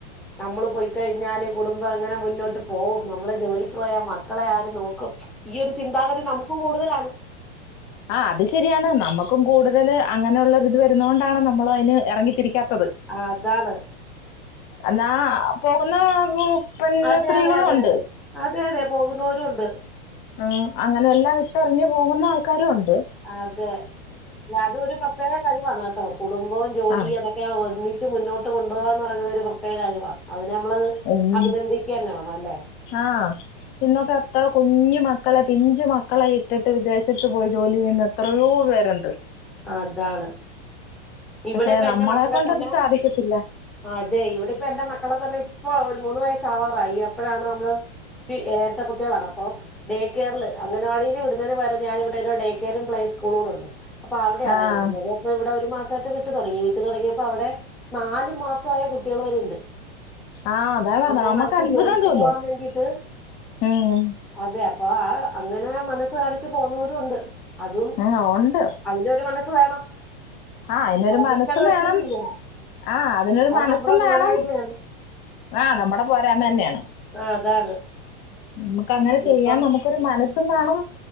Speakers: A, in the centre; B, on the left (about 30°).
A: നമ്മള് പോയ്ക്കഴിഞ്ഞാല് കുടുംബം എങ്ങനെ മുന്നോട്ട് പോവും നമ്മള് ജോലിക്ക് പോയാ മക്കളെ ആര് നോക്കും? ഈയൊരു ചിന്താഗതി നമുക്കും കൂടുതലാണ്
B: ആഹ് അത് ശെരിയാണ് നമ്മക്കും കൂടുതല് അങ്ങനെള്ളൊരിത് വര്ന്ന കൊണ്ടാണ് നമ്മളും അയ്ന് എറങ്ങിത്തിരിക്കാത്തത്.
A: അതാണ്
B: എന്നാ പോക്ന്ന കു പെണ്ണ്
A: അതെ
B: സ്ത്രീകളും
A: അതെ അതെ
B: ഒണ്ട്
A: അതെ അതെ അതെ പോകുന്നോരും ഒണ്ട്
B: ആഹ് അങ്ങനെ എല്ലാം ഇട്ടെറിഞ്ഞ് പോക്ന്നാൾക്കാരും ഒണ്ട്
A: അതെ എല്ല അതൊരു പ്രത്യേക കഴിവാണ് കേട്ടോ കുടുംബവും ജോലി
B: ആഹ്
A: അതൊ ക്കെ ഒന്നിച്ച് മുന്നോട്ട് കൊണ്ടുപോകാന്ന് പറയ്ന്നത് ഒരു പ്രത്യേക കഴിവാണ് അതിന് നമ്മള്
B: ഉം
A: അഭിനന്ദിക്കന്നെ വേണം അല്ലേ?
B: ആഹ് ഇന്നൊക്കെ എത്ര കുഞ്ഞു മക്കളെ പിഞ്ചു മക്കളെയിട്ടിട്ട് വിദേശത്ത് പോയി ജോലി ചെയ്യ്ന്ന എത്ര എത്രയോ പേരുണ്ട്
A: അതാണ് ഇവ്ടിപ്പ
B: പക്ഷെ നമ്മളെ
A: എന്റെ മക്കളെ
B: കൊണ്ടത്
A: തന്നെ
B: സാധിക്കത്തില്ല.
A: അതെ ഇവ്ടിപ്പ എന്റെ മക്കളെ തന്നെ ഇപ്പൊ ഒര് മൂന്ന് വയസ്സാവാറായി അപ്പഴാണ് നമ്മള് റ്റ് എരട്ടകുട്ടികളാണ് അപ്പൊ ഡേ കെയറില് അംഗനവാടിയില് വിട്ന്നതിന് പകരം ഞാനിവിടെ ഒരു ഡേ കെയും പ്ലേ സ്കൂളൂടെ ഒണ്ട് അപ്പ അവ്ടെയാണേ
B: ആഹ്
A: വിട്ന്നത് അപ്പൊ ഇവ്ടെ ഒരു മാസായിട്ട് വിട്ട് തൊടങ്ങി വിട്ട് തൊടങ്ങിയപ്പം അവ്ടെ നാലുമാസായ കുട്ടികള് വരെ ഇണ്ട്
B: ആഹ് അതാ പറഞ്ഞെ
A: അമ്മമാർക്ക്
B: നമ്മക്ക് അത്ഭുതം
A: ജോലിക്ക്
B: തോന്നും.
A: പോകാൻ വേണ്ടിയിട്ട്
B: ഉം
A: അതെ അപ്പ ആഹ് അങ്ങനെ മനസ്സ് കാണിച്ച് പോന്നവരും ഒണ്ട് അതും
B: ആഹ് ഉണ്ട്
A: അതിനൊര് മനസ്സ് വേണം
B: ആഹ് അയിനൊര്
A: നമുക്കത്
B: മനസ്സും
A: പറ്റുന്നില്ല.
B: വേണം ആഹ് അതിനൊര്
A: അത്
B: മനസ്സും
A: നമ്മുടെ പോരായ്മയാണ്.
B: വേണം ആഹ് നമ്മടെ പോരായ്മ തന്നെയാണ്
A: ആ, അതാണ്.
B: നമ്മുക്ക് അങ്ങനെ ചെയ്യാൻ
A: ഇപ്പം
B: നമുക്കൊര് മനസ് സും വേണം